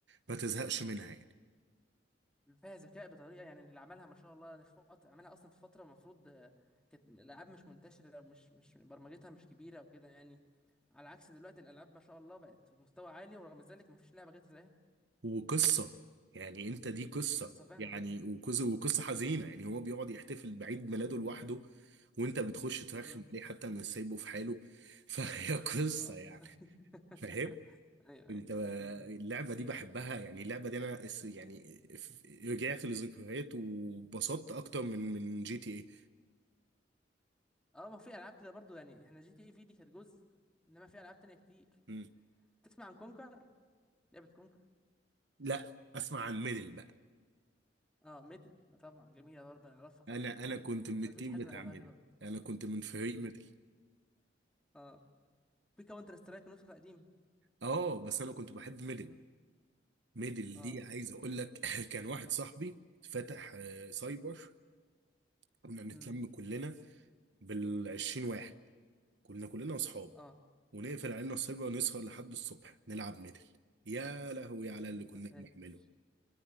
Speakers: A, on the right (about 70°); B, in the centre.
A: ما تزهقش منها يعني
B: فيها ذكاء بطريقه يعني اللي عملها ما شاء الله أنا في فتره عملها اصلا في فتره المفروض آه، كانت الالعاب مش منتشره مش مش برمجتها مش كبيره وكده يعني على عكس دلوقتي الالعاب ما شاء الله بقت في مستوى عالي ورغم ذلك ما فيش لعبه جت زيها
A: وقصه يعني انت دي قصه
B: قصه فعلا
A: يعني
B: اهو
A: وقص- وقصه حزينه يعني هو بيقعد يحتفل بعيد ميلاده لوحده وانت بتخش ترخم
B: امم
A: عليه حتى من سايبه في حاله <laughs> فهي قصه
B: اه
A: يعني
B: <laughs>
A: فاهم
B: ايوه ايوه
A: انت
B: امم
A: اللعبه دي بحبها يعني اللعبه دي انا اس- يعني ف- رجعت لذكريات وبسطت اكتر من من جي تي اي
B: اه ما في العاب كده برضو يعني احنا جي تي اي في دي كانت جزء انما في العاب تانية كتير
A: مم.
B: تسمع عن كونكر لعبة كونكر
A: لا اسمع عن ميدل بقى
B: اه ميدل طبعا جميلة برضه انا اعرفها طبعا
A: انا انا كنت من
B: مفيش
A: التيم
B: حد
A: بتاع
B: ما يلعبهاش
A: ميدل
B: برضه
A: انا كنت من فريق
B: امم
A: ميدل
B: اه في كاونتر سترايك نسخة قديم
A: اه بس انا كنت بحب ميدل
B: امم
A: ميدل
B: اه
A: دي عايز اقول لك <laughs> كان واحد صاحبي فتح آه، سايبر كنا نتلم
B: امم
A: كلنا بالعشرين واحد كنا كلنا اصحاب
B: اه
A: ونقفل علينا السايبر ونسهر لحد الصبح نلعب ميدل يا لهوي على اللي كنا
B: يا ساتر
A: بنعمله